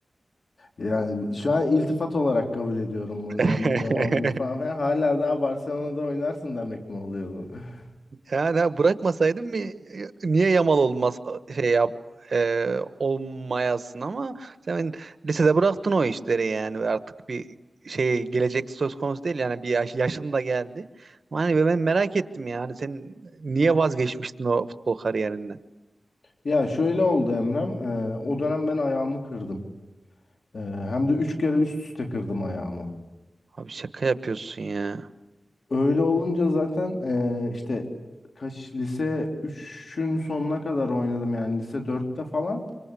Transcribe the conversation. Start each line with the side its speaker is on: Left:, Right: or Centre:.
Left: Yani şu an iltifat olarak kabul ediyorum bunu.
Right: <laughs>
Left: Lamine Yamal gibi falan filan. Hala daha Barcelona'da oynarsın demek mi oluyor bu? <laughs>
Right: Yani ha, bırakmasaydım mı niye Yamal olmaz şey yap e, olmayasın ama sen lisede bıraktın o işleri yani ve artık bir şey gelecek söz konusu değil yani bir yaş, yaşın da geldi. Ama hani ben merak ettim yani sen niye vazgeçmiştin o futbol kariyerinden?
Left: Ya şöyle oldu Emrem. Ee, o dönem ben ayağımı kırdım. Ee, hem de üç kere üst üste kırdım ayağımı.
Right: Abi şaka yapıyorsun ya.
Left: Öyle olunca zaten ee, işte kaç lise üçün sonuna kadar oynadım yani lise dörtte falan.